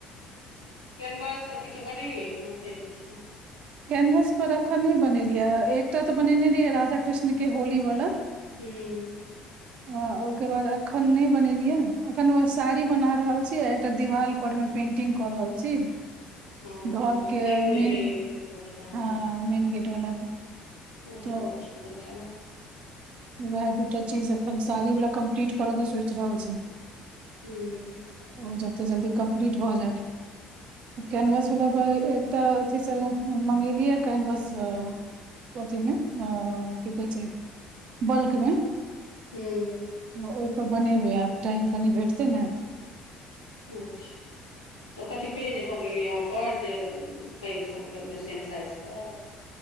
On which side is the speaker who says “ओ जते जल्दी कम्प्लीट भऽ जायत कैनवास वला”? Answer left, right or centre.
Right